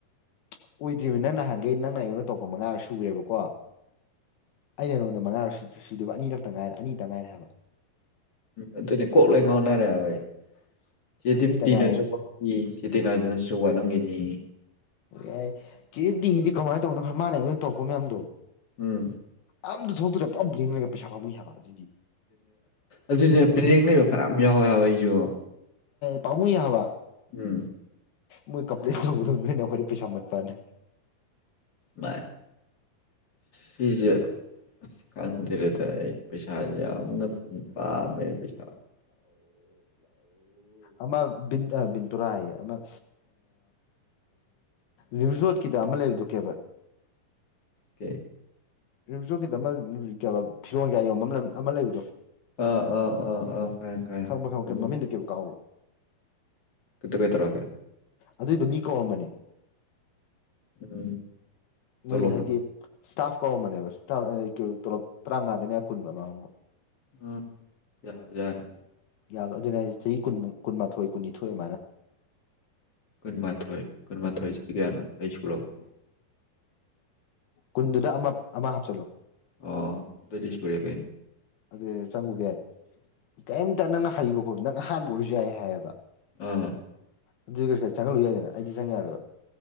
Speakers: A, on the left; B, on the left.
A: ꯀ ꯑꯣꯏꯗ꯭ꯔꯤꯕꯅꯦ ꯅꯪꯅ ꯍꯪꯒꯦ ꯅꯪꯅ ꯑꯉꯣꯟ ꯅ ꯇꯧꯛꯄ ꯃꯉꯥꯔ ꯁꯨꯨꯔ꯭ꯔꯦꯕꯀꯣ ꯑꯩꯅ ꯅꯉꯣꯟꯗ ꯃꯉꯥꯔꯛ ꯁ ꯁꯨꯗꯕ ꯑꯅꯤꯈꯛꯇ ꯉꯥꯏꯔꯦ ꯑꯅꯤꯗ ꯉꯥꯏꯔꯦ ꯍꯥꯏꯕ
B: ꯑꯗꯨꯅꯤ ꯀꯣꯛ ꯂ ꯍꯣꯠꯅꯔꯦꯕꯩ ꯆꯦꯗꯤꯤ
A: ꯑꯅꯤꯇ
B: ꯇꯤꯅꯁꯨ
A: ꯉꯥꯏꯔꯦ
B: ꯋꯥꯄꯤ ꯆꯦ ꯇꯤꯅꯥꯗꯨꯅꯁꯨ ꯋꯥꯠꯂꯝꯈꯤꯅꯤ
A: ꯑꯣ ꯌꯥꯏ ꯀꯦꯗꯤꯗꯤ ꯀꯃꯥꯏꯅ ꯇꯧꯅꯣ ꯃꯥꯥꯟꯅ ꯇꯧꯔꯛꯄ ꯃꯌꯥꯝꯗꯣ
B: ꯎꯝ
A: ꯑꯝꯇ ꯊꯣꯛꯇꯣꯔꯦ ꯄꯨꯂꯞ ꯌꯦꯡꯂꯉꯒ ꯄꯩꯁꯥ ꯐꯝꯃꯨꯏ ꯍꯥꯏꯕ ꯑꯗꯨꯗꯤ
B: ꯑꯗꯨꯅꯦ ꯕꯔꯦꯡ ꯂꯩꯕ ꯐꯔꯥ ꯌꯥꯎꯋꯦ ꯌꯥꯎꯕ ꯑꯩꯁꯨ
A: ꯄꯥꯨꯡ ꯌꯥ ꯑꯍꯕꯕꯥ
B: ꯎꯝ
A: ꯃꯣꯏ ꯀꯝꯄꯂꯤ ꯇꯧꯕꯗꯅꯦꯈ ꯄꯩꯁꯥ ꯃꯄꯅꯦ
B: ꯃꯥ ꯁꯤꯁꯨ ꯀꯥꯟ ꯊꯔꯦ ꯇ ꯄꯁꯥ ꯌꯥꯝꯅ ꯄꯝꯃꯦ ꯄꯁꯥ
A: ꯑꯃꯟ ꯟꯗꯨꯔꯥ ꯍꯥꯏ ꯑ ꯑ ꯔꯤꯝꯁ ꯔꯣꯗꯀꯤꯗ ꯑꯃ ꯂꯩꯕꯗꯣ ꯀꯦꯕ
B: ꯀ
A: ꯔꯤꯝꯆꯣꯛꯀꯤꯗ ꯑꯃ ꯐꯤꯔꯣꯟ ꯀꯌꯥ ꯌꯦ ꯑꯃ ꯂꯩꯕꯗꯣ
B: ꯑꯥ ꯑꯥ ꯑꯥ ꯑꯥ ꯈꯪꯉꯦ
A: ꯈꯪꯕ ꯈꯪꯕ
B: ꯈꯪꯉꯦ
A: ꯃꯃꯤꯡꯗ ꯀꯦ ꯀꯥꯎꯕ
B: ꯀꯗ ꯀꯩ ꯇꯔꯥꯒ
A: ꯑꯗꯨꯏꯗ ꯃꯤ ꯀꯧꯑꯝꯕꯅꯤ
B: ꯎꯝ ꯇꯣꯂꯣꯞꯅ
A: ꯃꯣꯏ ꯍꯥꯏꯗꯤ ꯏꯁꯇꯥꯐ ꯀꯧꯔꯝꯕꯅꯦꯕ ꯏꯁꯇꯥ ꯇꯣꯂꯣꯞ ꯇꯔꯥꯃꯉꯥꯗꯅꯦ ꯑ ꯀꯨꯟꯕ ꯑꯃ
B: ꯑꯝ ꯌꯥꯔ ꯌꯥꯅꯤꯅ
A: ꯌꯥꯗ ꯑꯗꯨꯅꯦ ꯆꯍꯤ ꯀꯨꯟꯃꯛ ꯀꯨꯟꯃꯥꯊꯣꯏ ꯀꯨꯟꯅꯤꯊꯣꯏ ꯑꯗꯨꯃꯥꯏꯅ
B: ꯀꯨꯟꯃꯥꯊꯣꯏ ꯀꯨꯟꯃꯥꯊꯣꯏꯁꯤ ꯀꯌꯥꯅꯣ ꯑꯩ ꯁꯔꯕ
A: ꯀꯨꯟꯗꯨꯗ ꯑꯃ ꯑꯃ ꯍꯥꯞꯆꯤꯜꯂꯣ
B: ꯑꯣ ꯗꯤ ꯁꯨꯔꯌꯥ ꯀꯩꯅ
A: ꯑꯗꯨꯏ ꯆꯪꯉꯨꯕ ꯌꯥꯏ ꯀꯩꯝꯇ ꯅꯪꯅ ꯍꯩꯕ ꯈꯣꯠꯄ ꯅꯪ ꯑꯍꯥꯟꯕ ꯑꯣꯏꯔꯁꯨ ꯌꯥꯏ ꯍꯥꯏꯌꯦꯕ
B: ꯎꯝ
A: ꯑꯗꯨꯏ ꯀꯩꯁꯨ ꯀ ꯆꯪꯍꯜꯂꯨ ꯌꯥꯏꯗꯅ ꯑꯩꯗꯤ ꯆꯪꯉ ꯌꯥꯔꯣꯏꯕ